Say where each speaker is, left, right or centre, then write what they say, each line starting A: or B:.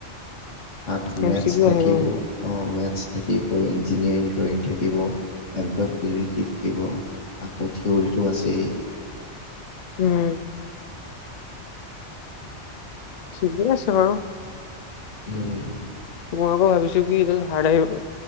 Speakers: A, on the left (about 85°); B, on the left (about 50°).
A: তাত মেটচ
B: এম চি কিউ
A: থাকিব
B: আহে ন
A: অ' মেটচ থাকিব ইঞ্জিনিয়াৰিং ড্ৰয়িং থাকিব। এমপ্লবিৰিটি থাকিব আকৌ থিয়ৰিটো আছেই।
B: উম। ঠিকে আছে বাৰু।
A: উম।
B: মই আকৌ ভাবিছো কি এ হাৰ্ড আহিব